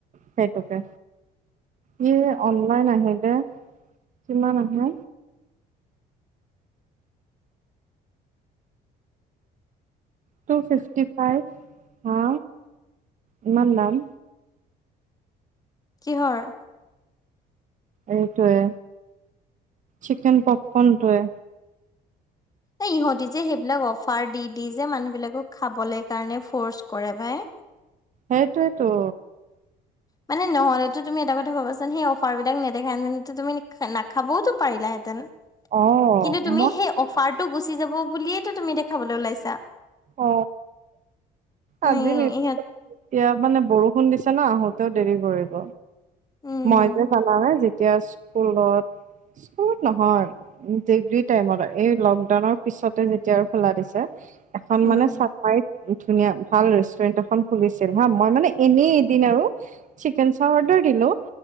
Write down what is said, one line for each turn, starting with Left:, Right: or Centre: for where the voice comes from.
Right: সেইটোকে। ইয়ে অনলাইন আহিলে কিমান আহে? টু ফিক্সটি ফাইভ, হা ইমান দাম?
Left: কিহৰ?
Right: এইটোৱে চিকেন পপকৰ্ন টোৱে
Left: এই ইহঁতি যে সেইবিলাক অফাৰ দি দি যে মানুহ বিলাকক খাবলে কাৰণে ফৰ্চ কৰে ভাই।
Right: সেইটোৱে টো।
Left: মানে নহ'লেতো তুমি এটা কথা ভাবাচোন সেই অফাৰ বিলাক নেদেখা হেতেন তুমি নাখাবও পাৰিলা হেঁতেন।
Right: অ
Left: কিন্তু তুমি
Right: মই
Left: সেই অফাৰটো গুচি যাব বুলিয়েই টো তুমি এতিয়া খাবলৈ ওলাইছা!
Right: অ,
Left: উম
Right: আজি <unintelligible> এতিয়া
Left: ইহঁত
Right: মানে বৰষুণ দিছে ন আহোতেও দেৰি কৈ আহিব।
Left: উম
Right: মই যে জানা নে যে- যেতিয়া স্কুলত, স্কুলত নহয়- ডিগ্ৰী টাইমত, এই লকডাউনৰ পিছতে যেতিয়া আৰু খোলা দিছে - এখন
Left: উম
Right: মানে চাফাৰিত - ধুনীয়া ভাল ৰেষ্টুৰেণ্ট এখন খুলিছিল হা, মই মানে এনেই এদিন আৰু - চিকেন চাও অৰ্ডাৰ দিলো,